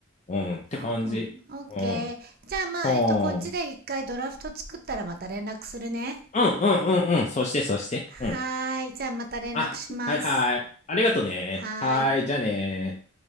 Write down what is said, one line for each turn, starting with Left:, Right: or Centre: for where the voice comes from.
Left: うんって感じ。
Right: うんうんオッケーじゃあまあえっとこっちで一回ドラフト作ったらまた連絡するね
Left: うん。はあ。うんうんうんうん。そしてそして。
Right: はーい。
Left: うん。
Right: じゃあまた連絡します。
Left: あ、はいはい。ありがとね。
Right: はーい。
Left: はい、じゃあね。